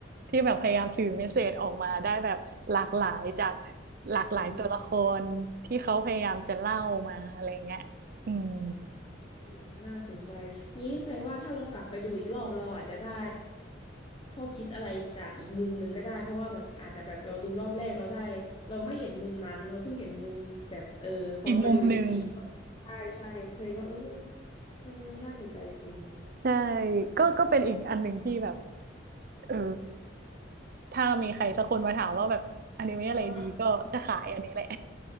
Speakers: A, on the right (about 55°); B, on the left (about 30°).
A: ที่แบบพยายามสื่อเมสเสจออกมาได้แบบหลากหลายจากหลากหลายตัวละครที่เขาพยายามจะเล่ามาอะไรเงี้ยอืม
B: อืม อืมน่าสนใจงี้ก็แสดงว่าถ้าเรากลับไปดูอีกรอบเราอาจจะได้ข้อคิดอะไรจากอีกมุมหนึ่งก็ได้เพราะว่าแบบอาจจะแบบเราดูรอบแรกเราได้เราไม่เห็นมุมนั้นเราเพิ่งเห็นมุมแบบเออพอไปดูอีกอีก
A: อีกมุมหนึ่ง
B: ใช่ใช่แสดงว่าอู้อืมน่าสนใจจริง
A: ใช่ ก็ก็เป็นอีกอันหนึ่งที่แบบเออ ถ้ามีใครสักคนมาถามว่าแบบอนิเมะอะไรดีก็จะขายอันนี้แหละ
B: เนา